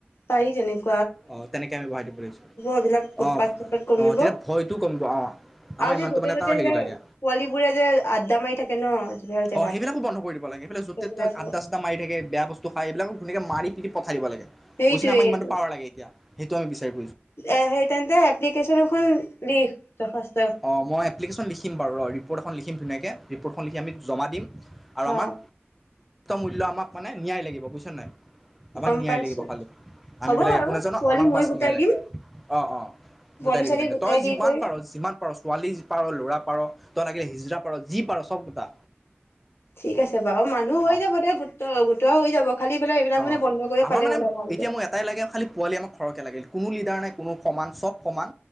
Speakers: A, on the left; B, in the centre.
A: পাৰি তেনেকে।
B: অ তেনেকে আমি বহাই দিব লাগিছো
A: এইবিলাক উৎপাত
B: অ
A: চুৎপাত কমিব
B: অ তেতিয়া ভয়টো কমিব আহ আমাৰ
A: আৰু
B: ইমানো
A: যে য'তে
B: মানে
A: ত'তে
B: তাৰ হেৰি
A: যে
B: লাগে
A: পোৱালীবোৰে যে আড্ডা মাৰি থাকে ন যিবিলাক জেগাত
B: আহ সেইবিলাক বন্ধ কৰি দিব লাগে সেইফালে যতে
A: সেইবিলাকো
B: আদাচাদা মাৰি থাকে বেয়া বস্তু খাই এইবিলাকক ধুনীয়াকে মাৰি প পঠাই দিব লাগে।
A: সেইটোৱেই
B: বুছিনে আমাক ইমানটো পাৱাৰ লাগে । সেইটো আমি বিচাৰিম
A: এ সেই তেন্তে এপ্লিকেশন এখন লিখ দশাস্ত
B: অ মই এপ্লিকেশন লিখিম বাৰু ৰিপৰ্ট এখন লিখিম । ধুনীয়াকে ৰিপৰ্ট খন লিখি আমি জমা দিম । আৰু
A: অ
B: আমাক মূল্য আমাক মানে নিয়াই লাগিব বুজিছ নাই । আমাক
A: গম
B: নিয়াই
A: পাইছো
B: লাগিব খালি আমি
A: হ'ব
B: বিলাক
A: বাৰু
B: একো নাজানো
A: পোৱালি
B: আমাক
A: মই
B: বাছ
A: গোটাই
B: নিয়াই লাগে
A: দিম
B: অ অ গোটাই
A: পোৱালি
B: দিবি
A: ছোৱালী
B: তেন্তে
A: গোটাই
B: তই
A: দি
B: যিমান
A: কৰি
B: পাৰ যিমান ছোৱালী যি পাৰলৈ ৰা পাৰ তই লাগিলে হিজৰা পাৰ যি পাৰ চব গোটা
A: ঠিক আছে বাৰু মানুহ হৈ
B: অ
A: যাব দে গোট গোটোৱা হৈ যাব খালি মানে এইবিলাক
B: অ',
A: মানে বন্ধ কৰিব
B: আমাৰ
A: পালে
B: মানে
A: হল আৰু ভালকে
B: এতিয়া মোক এটাই লাগে খালি পোৱালি আমাক সৰহকে লাগে কোনো লিডাৰ নাই কোনো সমান চব সমান